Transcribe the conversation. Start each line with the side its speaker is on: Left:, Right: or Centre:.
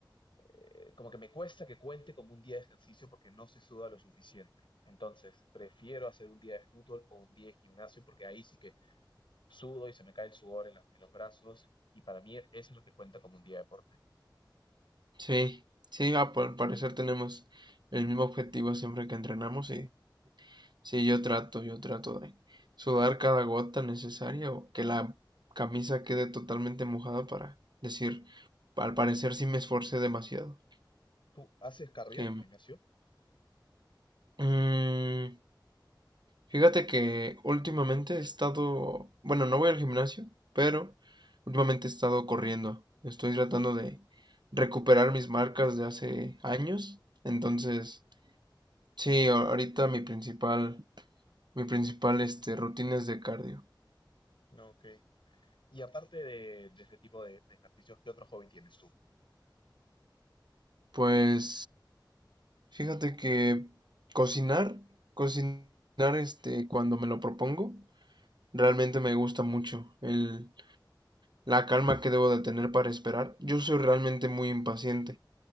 Left: eh, como que me cuesta que cuente como un día de ejercicio porque no se suda lo suficiente. Entonces, prefiero hacer un día de fútbol o un día de gimnasio porque ahí sí que sudo y se me cae el sudor en, la- en los brazos y para mí eso es lo que cuenta como un día de deporte.
Right: Sí, sí, ah, por- al parecer tenemos el mismo objetivo siempre que entrenamos y Sí, yo trato, yo trato de sudar cada gota necesaria o que la camisa quede totalmente mojada para decir, al parecer sí me esforcé demasiado.
Left: ¿Tú haces cardio
Right: Que,
Left: en el gimnasio?
Right: mm, fíjate que últimamente he estado, bueno, no voy al gimnasio, pero últimamente he estado corriendo. Estoy tratando de recuperar mis marcas de hace años. Entonces, sí, a- ahorita mi principal, mi principal, este, rutina es de cardio.
Left: No, ok. Y aparte de, de ese tipo de, de ejercicios, ¿qué otro hobby tienes tú?
Right: Pues Fíjate que cocinar, cocinar este, cuando me lo propongo, realmente me gusta mucho el, la calma que debo de tener para esperar. Yo soy realmente muy impaciente,